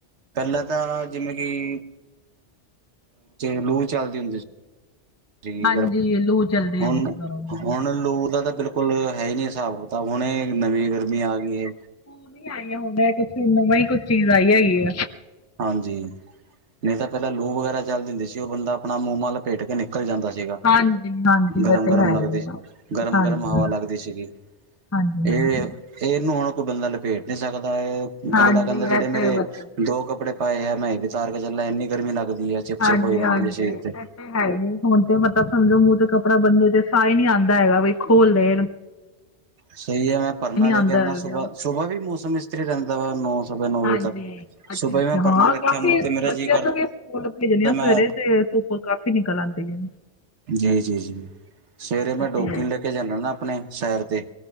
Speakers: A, on the right (about 70°); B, on the left (about 25°).
A: ਪਹਿਲਾਂ ਤਾਂ, ਜਿਵੇਂ ਕਿ ਲੂ ਚੱਲਦੀ ਹੁੰਦੀ ਸੀ। ਠੀਕ
B: ਹਾਂਜੀ
A: ਹੈ,
B: ਲੂ ਚੱਲਦੀ
A: ਹੁਣ,
B: ਹੈਗੀ ਸੀ ਦਰੋਂ ਮਰੋਂ।
A: ਹੁਣ ਲੂ ਦਾ, ਤਾਂ ਬਿਲਕੁਲ ਬਿਲਕੁਲ, ਹੈ ਹੀ ਨਈ ਹਿਸਾਬ ਕਿਤਾਬ, ਹੁਣ ਇਹ ਨਵੀਂ ਗਰਮੀ, ਆ ਗਈ ਏ
B: ਹੁਣੇ ਈ ਆਈ ਹਾਂ, ਬੈਕੇ ਦੇਖ਼ ਰਹੀ, ਕੋਈ ਨਵੀ ਹ ਚੀਜ਼ ਆਈ ਹੈਗੀ ਆ
A: ਹਾਂਜੀ, ਨਹੀਂ ਤਾਂ ਪਹਿਲਾਂ ਲੂ ਵਗੈਰਾ ਚੱਲਦੀ ਹੁੰਦੀ ਸੀ, ਉਹ ਬੰਦਾ ਆਪਣਾ ਮੂੰਹ ਮ ਲਪੇਟ ਕੇ ਨਿਕਲ ਨਿਕਲ ਜਾਂਦਾ ਸੀਗਾ।
B: ਹਾਂਜੀ ਹਾਂਜੀ
A: ਗਰਮ
B: ਇਹ ਤੇ
A: ਗਰਮ
B: ਹੈ
A: ਲੱਗਦੀ,
B: ਹੀ ਆ।
A: ਗਰਮ
B: ਹਾਂਜੀ
A: ਗਰਮ ਹਵਾ
B: ਹਾਂਜੀ
A: ਲੱਗਦੀ ਸੀਗੀ।
B: ਹਾਂਜੀ ਹਾਂਜੀ।
A: ਇਹ ਇਹਨੂੰ ਹੁਣ ਕੋਈ ਬੰਦਾ ਲਪੇਟ ਨਹੀਂ ਸਕਦਾ ਏ, ਇਹ
B: ਹਾਂਜੀ
A: ਅਗਲਾ ਕਹਿੰਦਾ, ਜਿਹੜੇ
B: ਇਹ ਤੇ
A: ਮੇਰੇ
B: ਬੱਚੋ
A: ਦੋ ਕੱਪੜੇ ਪਾਏ ਐ, ਮੈਂ ਉਤਾਰ ਕੇ ਚੱਲਾ, ਇੰਨੀ ਗਰਮੀ ਲੱਗਦੀ ਹੈ, ਚਿਪ
B: ਹਾਂਜੀ
A: ਚਿਪ ਹੋਈ ਰਹਿੰਦੀ
B: ਹਾਂਜੀ
A: ਹੈ ਸਰੀਰ
B: ਇਹ
A: ਤੇ,
B: ਹੈ ਹੀ ਐ, ਹੁਣ ਤੇ ਮਤਲਬ ਸਮਝੋ ਮੂੰਹ ਤੇ ਕੱਪੜਾ ਬੰਦੇ ਦੇ, ਸਾਹ ਹੀ ਨਹੀਂ ਆਉਂਦਾ ਹੈਗਾ, ਬਈ ਖੋਲ ਦੇ
A: ਸਹੀ ਹੈ, ਮੈਂ ਪਰਨਾ ਲੈ
B: ਆਉਂਦਾ
A: ਕੇ ਆਨਾ,
B: ਹੈਗਾ
A: ਸੁਬਾਹ ਸੁਬਾਹ ਵੀ ਮੌਸਮ ਇਸਤਰਾ ਰਹਦਾ ਵਾ ਸਵਾ ਨੌ
B: ਹਾਂਜੀ,
A: ਵਜੇ ਤੱਕ।
B: ਅੱਛਾ
A: ਸੁਬਾਹ
B: ਅੱਛਾ,
A: ਹੀ ਮੈਂ ਪਰਨਾ
B: ਹਾਂ
A: ਰੱਖਿਆ
B: ਕਾਫੀ
A: ਮੂੰਹ ਤੇ ਮੇਰਾ
B: ਬੱਚਿਆਂ
A: ਜੀਅ ਕਰਦਾ
B: ਨੂੰ ਵੀ ਸਕੂਲ ਭੇਜਣੀ ਆ
A: ਮੈਂ
B: ਸਵੇਰੇ, ਤੇ ਧੁੱਪ ਕਾਫ਼ੀ ਨਿਕਲ ਆਉਂਦੀ ਏ
A: ਜੀ, ਜੀ-ਜੀ ਸਵੇਰੇ
B: ਅੱਛਾ
A: ਮੈਂ ਡੋਗੀ ਨੂੰ ਲ ਲੈ ਕੇ ਜਾਂਦੇ ਨਾ ਆਪਣੇ ਸੈਰ ਤੇ,